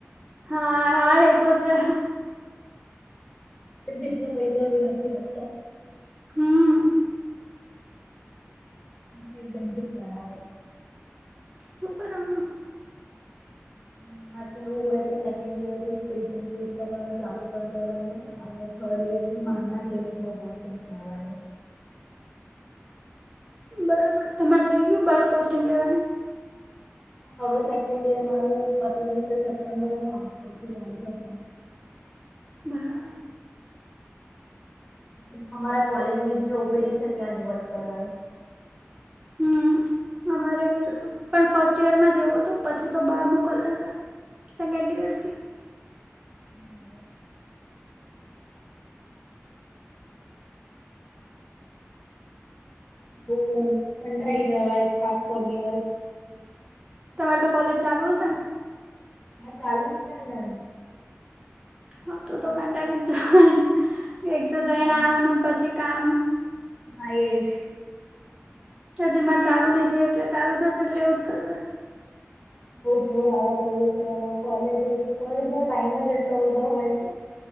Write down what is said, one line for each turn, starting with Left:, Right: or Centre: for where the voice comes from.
Right: હા હા એ તો છે.
Left: જેટલા પૈસા બી નથી આપતા.
Right: હમ
Left: હા, ઇન્ટર્નશિપ કરાવે.
Right: શું કરવાનું?
Left: અમારે તો એવું હોય કે, સેકન્ડ યરથી સ્પેશયલ ટ્રીપ કરવાનું ચાલુ કરી દેવાનું, અને થર્ડ યર થી બહારના ક્લિનિકમાં પોસ્ટિંગ લેવાનું.
Right: બરાબર, તમારે થઇ ગયું, બાર પોસ્ટિંગ લેવાની.
Left: હવે સેકન્ડ યર મારું પતિ જશે, સપ્ટેમ્બરમાં પછી ચાલુ થશે.
Right: બરાબર.
Left: તો અમારા કોલેજ ની જ જે ઓપીડી છે, ત્યાં જ વર્ક કરવાનું.
Right: હમ. અમારે એવું જ હતું, પણ ફર્સ્ટ યરમાં જ એવું હતું, પછી તો બહાર મોકલતા હતા. સેકન્ડ યરથી.
Left: બરાબર. બહું એમ કંટાળી જવાય છે, આખો દિવસ.
Right: તમારી તો કોલેજ ચાલુ હશે ને?
Left: હા, ચાલુ જ છે ને એમ.
Right: હ, તો
Left: આજે
Right: તો
Left: બી
Right: કંટાળી જ જવાય ને, એક તો જઈને
Left: ચાલુ
Right: આવવાનું
Left: જ હતું
Right: પછી કામ
Left: હા, એ જ.
Right: હજી મારે ચાલુ નઈ થયું, એટલે ચાલુ થશે, એટલે એવું જ થશે.
Left: બઉ જ બર હાલત હોય, કરવાનો, કોલેજ જ કોલેજ નો ટાઈમ જ એટલો બધો હોય છે.